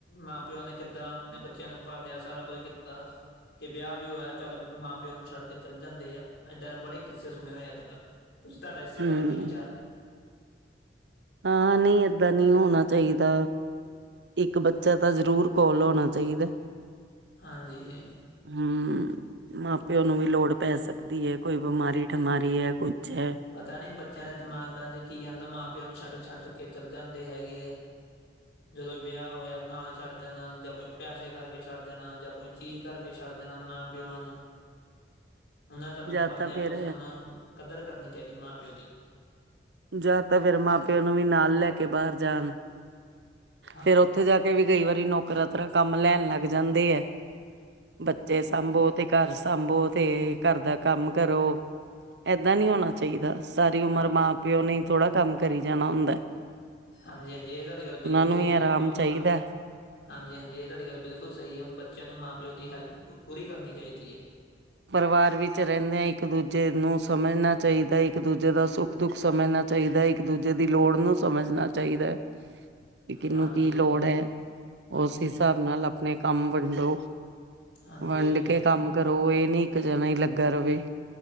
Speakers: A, on the left; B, on the right.
A: ਮਾਂ ਪਿਓਆਂ ਨੇ ਕਿੱਦਾਂ ਆਪਨੇ ਬੱਚਿਆਂ ਨੂੰ ਪਾਲਿਆ ਸਾਰਾ ਕੁਝ ਕੀਤਾ। ਕਿ ਵਿਆਹ ਵੀ ਹੋਇਆ ਚੱਲ ਮਾਂ ਪਿਓ ਨੂੰ ਛੱਡ ਕੇ ਚੱਲ ਜਾਂਦੇ ਆ ਏਦਾਂ ਦੇ ਬੜੇ ਕਿੱਸੇ ਸੁਨੇ ਹੋਏ ਅੱਜ-ਕੱਲ। ਤੁਸੀਂ ਤਾਡਾ ਏਸ
B: ਹੂੰ
A: ਬਾਰੇ ਕੀ ਵਿਚਾਰ
B: ਹਾਂ ਨਈ ਏਦਾਂ ਨੀ ਹੋਨਾ ਚਾਈਦਾ ਇੱਕ ਬੱਚਾ ਤਾਂ ਜਰੂਰ ਕੋਲ ਹੋਨਾ ਚਈਦੇ
A: ਹਾਂਜੀ।
B: ਹੂੰ ਮਾਂ ਪਿਓ ਨੂੰ ਵੀ ਲੋੜ ਪੈ ਸਕਦੀ ਐ ਕੋਈ ਬਿਮਾਰੀ ਠਮਾਰੀ ਐ ਕੁਛ ਐ।
A: ਪਤਾ ਨੀ ਬੱਚਿਆਂ ਦੇ ਦਮਾਗਾਂ ਚ ਕੀ ਜਾਂਦਾ ਮਾਂ ਪਿਓ ਨੂੰ ਛੱਡ-ਛੱਡ ਕੇ ਚੱਲ ਜਾਂਦੇ ਹੈਗੇ ਐ। ਜਦੋਂ ਵਿਆਹ ਹੋਏਆ ਨਾਲ ਛੱਡ ਦੇਨਾ ਜਾਂ ਕੋਈ ਪੈਸੇ ਕਰਕੇ ਛੱਡ ਦੇਨਾ ਜਾਂ ਕੋਈ ਚੀਜ਼ ਕਰਕੇ ਛੱਡ ਦੇਨਾ ਮਾਂ ਪਿਓ ਨੂੰ ਓਨਾਂ ਨੇ ਤਾਨੂੰ
B: ਜਾਂ
A: ਪਾਲਿਆ
B: ਤਾਂ ਫਿਰ
A: ਪੋਸਿਆ ਓਨਾਂ ਨੂੰ ਕਦਰ ਕਰਨੀ ਚਾਈਦੀ ਮਾਂ-ਪਿਓ ਦੀ।
B: ਜਾਂ ਤਾਂ ਫੇਰ ਮਾਂ ਪਿਓ ਨੂੰ ਵੀ ਨਾਲ ਲੈ ਕੇ ਬਾਰ ਜਾਨ।
A: ਹਾਂ
B: ਫੇਰ ਓਥੇ ਜਾ ਕੇ ਵੀ ਕਈ ਵਾਰੀ ਨੌਕਰਾਂ ਤਰ੍ਹਾਂ ਕੰਮ ਲੈਨ ਲੱਗ ਜਾਂਦੇ ਐ। ਬੱਚੇ ਸਾਂਬੋ ਤੇ ਘਰ ਸਾਂਬੋ ਤੇ ਘਰ ਦਾ ਕੰਮ ਕਰੋ। ਏਦਾਂ ਨੀ ਹੋਨਾ ਚਾਈਦਾ ਸਾਰੀ ਉਮਰ
A: ਹਾਂ
B: ਮਾਂ-ਪਿਓ ਨੇ ਈ ਥੋੜਾ ਕੰਮ ਕਰੀ ਜਾਨਾ ਹੁੰਦੈ।
A: ਹਾਂਜੀ-ਹਾਂਜੀ ਏ ਤਾਡੀ ਗੱਲ ਬਿਲਕੁਲ
B: ਨੂੰ
A: ਸਈ
B: ਵੀ
A: ਐ
B: ਆਰਾਮ
A: ਬ
B: ਚਾਹੀਦਾ
A: ਮ ਆ ਹਾਂਜੀ- ਹਾਂਜੀ ਏ ਤਾਡੀ ਗੱਲ ਬਿਲਕੁਲ ਸਈ ਐ ਬੱਚਿਆਂ ਨੂੰ ਮਾਂ-ਪਿਓ ਦੀ ਹੈਲਪ ਪੁ ਪੂਰੀ ਕਰਨੀ ਚਾਈਦੀ ਐ।
B: ਪਰਿਵਾਰ ਵਿੱਚ ਰੈਨੇ ਆ ਇੱਕ ਦੂਜੇ ਨੂੰ ਸਮਝਨਾ ਚਾਈਦੈ ਇੱਕ ਦੂਜੇ ਦਾ ਸੁੱਖ ਦੁੱਖ ਸਮਝਨਾ ਚਾਈਦੈ ਇੱਕ ਦੂਜੇ ਦੀ ਲੋੜ ਨੂੰ ਸਮਝਨਾ ਚਾਈਦੈ। ਵੀ ਕਿਨੂੰ
A: ਹਾਂਜੀ
B: ਕੀ ਲੋੜ ਐ, ਓਸ ਹਿਸਾਬ ਨਾਲ ਆਪਨੇ ਕੰਮ ਵੰਡੋ।
A: ਹਾਂਜੀ-ਹਾਂਜੀ।
B: ਵੰਡ ਕੇ ਕੰਮ ਕਰੋ ਏਹ ਨੀ ਇਕ ਜਨਾ ਈ ਲੱਗਾ ਰਵੇ।